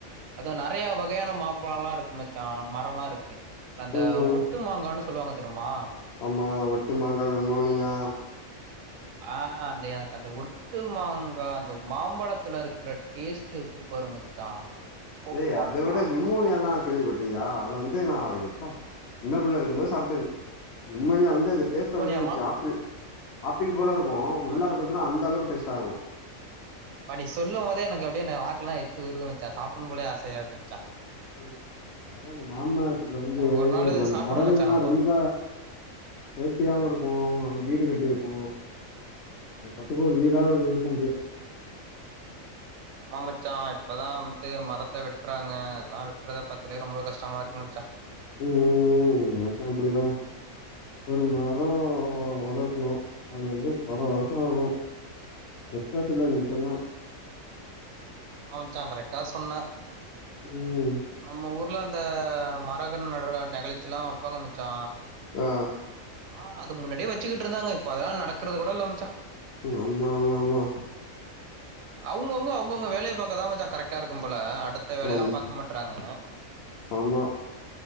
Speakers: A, on the right; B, on the left.
A: அதுவு நெறைய வகையான மாம்பழம்ல்லா இருக்கு மச்சா மரம்மா இருக்கு அந்த
B: ம்
A: ஒட்டு மாங்கான்னு சொல்லுவாங்க தெரியுமா
B: ஆமா ஒட்டு மாங்கா விமோனியா
A: ஆ அந்த எனக்கு அந்த ஒ ட்டு மாங்கா அந்த மாம்பழத்துல இருக்கிற டேஸ்ட் இருக்கு பாரு மச்சா
B: து
A: அப்பப்பா
B: அத விட விமோனி எல்லா கேள்விப்பட்டறியா அத வந்து து நா இப்ப சின்ன பிள்ள இருக்கும் போது சாப்பிட்டது விமோனியா வந்து அந்த டேஸ்டோடந்துச்சு
A: உண்மொலியாமா
B: ஆப்பிள் ஆப்பிள் போலருக்கு உள்ளார
A: ஆ
B: பாத்தன்னா அந்த அளவுக்கு டேஸ் தார்கு
A: வா நீ சொல்லு மோதே எனக்கு அப்பிடியே எனக்கு வாக்குல்லா எச்சு ஊருது மச்சா சாப்புனு போலே ஆசையா இருக்கு மச்சா
B: ம் அதாது மாமத்துல வந்து
A: ஒரு நாளு
B: அந்த
A: சாப்புட்ணு
B: பறவைகல்லா
A: மச்சா நம்போ
B: ரொம்ப சேப்டியாவு இருக்கு ங்க வீடு கட்டிருக்கு அது மட்டுக்கு ஒரு வீடாவது இருக்குது
A: ஆமா மச்சா இப்பதா வந்து மரத்த வெட்றாங்க அதல்லா வெட்றத பாத்தலே ரொம்ப கஷ்டமா இருக்கு மச்சா
B: ம் ம் எனக்க அப்பிடிதா ஒரு மரோ வளர்க்கணு அது வந்து பல வருஷோ ஆகு வெட்ட சில நிமிஷதா
A: ஆ மச்சா கரெக்டா சொன்ன
B: ம்.
A: நம்ம ஊர் க்குலா அந்த மரகண் நடற நெகழ்ச்சிலா வப்பாங்க மச்சா
B: ஆ
A: ஆ அது முன்னாடியே வச்சுக்கிட்டு இருந்தாங்க இப்ப அதல்லா நடக்கறதுகூட இல்ல மச்சா
B: ஆமா ஆமா ஆமா
A: அவுங்கவுங்க அவுங்கவுங்க வேலய பக்கதா மச்சா கரெக்டா இருக்கு போல அ அடுத்த வேலையெல்லா
B: ஆம்,
A: பாக்க மாட்றாங்க
B: ஆமா.